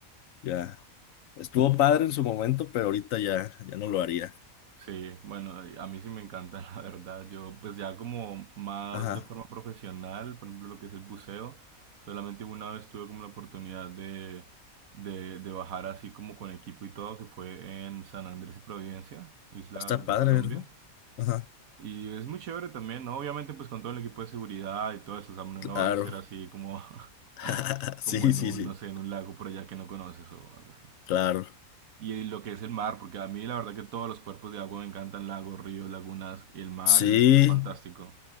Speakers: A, on the left; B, on the right.
A: Ya estuvo padre en su momento, pero ahorita ya, ya no lo haría.
B: Sí, bueno, a mí sí me encanta, <laughs> la verdad. Yo, pues ya como más
A: Ajá.
B: de forma profesional, por ejemplo, lo que es el buceo, solamente una vez tuve como la oportunidad de, de, de bajar así como con equipo y todo, que fue en San Andrés y Providencia, isla
A: Está
B: de
A: padre,
B: Colombia.
A: ¿verdad? Ajá,
B: Y es muy chévere también, ¿no? Obviamente pues con todo el equipo de seguridad y todo eso, o sea, no
A: claro.
B: lo vas a hacer así como, <laughs>
A: <laughs>
B: como
A: Sí,
B: en
A: sí,
B: un,
A: sí,
B: no sé, en un lago por allá que no conoces o algo así.
A: claro.
B: Y lo que es el mar, porque a mí la verdad que todos los cuerpos de agua me encantan, lagos, ríos, lagunas, y el mar
A: Sí,
B: es, es fantástico,